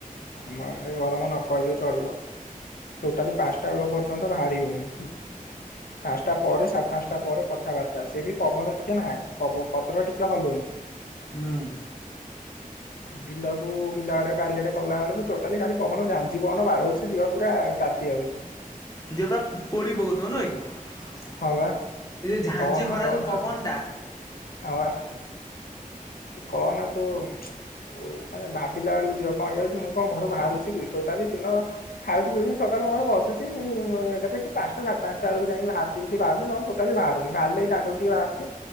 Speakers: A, on the left (about 85°); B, on the left (about 25°).
A: ଆମ ଏଡେ ଗରମ ନ କହିଲୁ ଚଳିବ ଟୋଟାଲି ପାଞ୍ଚଟା ବେଳ ପର୍ଯ୍ୟନ୍ତ ବାହାରି ହଉନି ପାଞ୍ଚଟା ପରେ ସାଢେ ପାଞ୍ଚଟା ପରେ କଥାବାର୍ତ୍ତା ସେ ବି ପବନ ଟିକେ ନାହିଁ ପବ ପତ୍ର ଟିକେ ହଲୁନି
B: ହଁ।
A: ବିଲକୁ ବ ଆଡେ ବାରିଆଡେ ଗଲା ବେଳକୁ ଟୋଟାଲି ଖାଲି ପବନ ଝାଞ୍ଜି ପବନ ବାଢଉଛି ଦିବା ପୁରା ତାତି ଯାଉଛି।
B: ଦିଅ ପା ପଡି ପକଥିବ ନୁହଁ କି ଏ
A: ହଁ ବା
B: ଯୋଉ ଝାଞଜି
A: କହନା
B: ଖରା
A: କହନା
B: ଯୋଉ ପବନ
A: ଆଉ
B: ଟା
A: ହଁ ପା ତୁ କହନା ତ ଆଉ ମାନେ ଭାବିଲା ବେଳକୁ ଦିିବ କଣ ହେଇଯାଉଛି ମୁଁ କଣ ଘରୁ ବାହାରୁଛି ଟୋଟାଲି ଦିନ ଖାଉଛି ପିଛି ସକାଳୁ ଘର ବସୁଛି ଏକା ପାଞ୍ଚଟାାତ ପାଞ୍ଚଟା ବେଳକୁ ଯାଇି ବାହାରୁଛି ଯଦି ବାହାରୁଛି ନହେଲେ ଟୋଟା ବାହାରୁନି ବାହାରିଲେି ଦାଣ୍ଡରୁ ଟିକେ ବାହାରୁଛି।